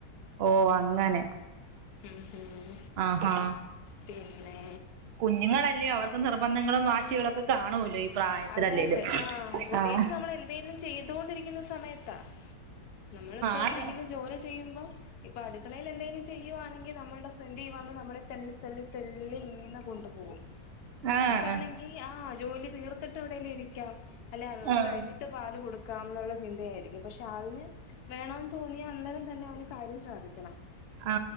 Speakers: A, on the right; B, on the left.
A: ഓ അങ്ങനെ
B: ഉം ഉം
A: ആഹാ
B: പിന്നെ
A: കുഞ്ഞുങ്ങള് <unintelligible> അവർക്ക് നിർബന്ധങ്ങളും വാശികളൊക്കെ കാണുമല്ലോ പ്രായത്തിലല്ലേലും
B: അതെ അതെ ആ പ്രത്യേകിച്ച്
A: ആഹ്
B: നമ്മള് എന്തെങ്കിലും ചെയ്തുകൊണ്ടിരിക്കുന്ന സമയത്താ നമ്മളിപ്പോ
A: ആണ്
B: എന്തെങ്കിലും ജോലി ചെയ്യുമ്പോ ഇപ്പൊ അടുക്കളയില് എന്തെങ്കിലും ചെയ്യുവാണെങ്കി നമ്മൾടെ ഫ്രണ്ടില് വന്ന് നമ്മ തള്ളി തള്ളി തള്ളി ഇങ്ങനെ കൊണ്ടു പോകും
A: ആഹ്
B: നമുക്കാണെങ്കി
A: ആഹ്
B: ആ ജോലി തീർ ത്തിട്ട് എവിടേലും ഇരിക്കാം അല്ലെ അത്
A: ആഹ്
B: കഴിഞ്ഞിട്ട് പാല് കൊടുക്കാം എന്നുള്ള ചിന്തയായിരിക്കും പക്ഷേ <unintelligible> വേണമെന്ന് തോന്നിയാ അന്നേരം തന്നെ അവന് കാര്യം സാധിക്കും
A: ആ